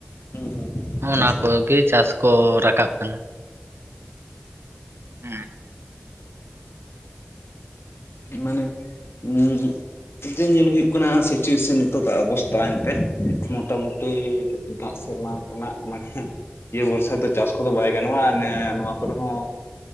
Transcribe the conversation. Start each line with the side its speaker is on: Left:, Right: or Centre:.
Left: ᱦᱩᱸ
Right: ᱚᱱᱟ
Left: ᱪᱟᱥ
Right: ᱠᱚ ᱜᱮ ᱪᱟᱥ ᱠᱚ ᱨᱟᱠᱟᱵ ᱠᱟᱱᱟ᱾ ᱩᱸ᱾
Left: ᱤᱢᱟᱱᱮ ᱩᱸᱜ ᱡᱮ ᱧᱮᱞ ᱦᱩᱭᱩᱜ ᱠᱟᱱᱟ ᱥᱤᱪᱩᱭᱮᱥᱚᱱ ᱱᱤᱛᱚ ᱠᱟᱜ ᱚᱵᱚᱥᱛᱟ ᱮᱱᱛᱮ᱾
Right: ᱦᱮᱸ
Left: ᱢᱚᱴᱟᱢᱩᱴᱤ ᱫᱟᱜ ᱥᱮᱨᱢᱟ ᱠᱚᱱᱟᱜ ᱢᱟᱱᱮ ᱤᱭᱟᱹ ᱵᱚᱨᱥᱟ ᱫᱚ ᱪᱟᱥ ᱠᱚᱫᱚ ᱵᱟᱭ ᱜᱟᱱᱚᱜᱼᱟ ᱱᱮ ᱱᱚᱣᱟ ᱠᱚᱨᱮ ᱦᱚᱸ